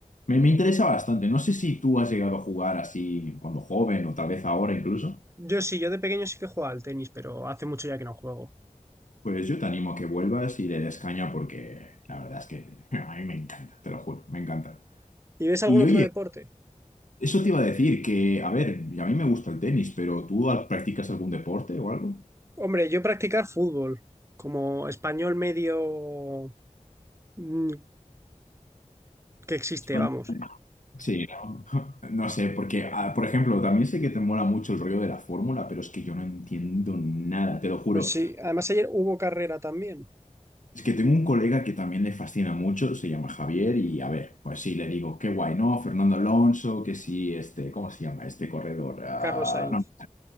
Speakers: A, on the left; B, on the right.
A: Me, me interesa bastante. No sé si tú has llegado a jugar así cuando joven o tal vez ahora incluso.
B: Yo sí, yo de pequeño sí que jugaba al tenis, pero hace mucho ya que no juego.
A: Pues yo te animo a que vuelvas y le des caña porque la verdad es que <laughs> a mí me encanta, te lo juro, me encanta.
B: ¿Y ves algún
A: Y
B: otro
A: oye,
B: deporte?
A: eso te iba a decir que, a ver, a mí me gusta el tenis, pero ¿tú al- practicas algún deporte o algo?
B: Hombre, yo practicar fútbol, como español medio mm, que existe,
A: España-
B: vamos.
A: Sí, no. <laughs> No sé, porque, ah, por ejemplo, también sé que te mola mucho el rollo de la fórmula, pero es que yo no entiendo nada, te lo juro.
B: Pues sí, además ayer hubo carrera también,
A: Es que tengo un colega que también le fascina mucho, se llama Javier, y a ver, pues sí, le digo, qué guay, ¿no? Fernando Alonso, que sí, este, ¿cómo se llama este corredor? Ah,
B: Carlos Sainz.
A: no,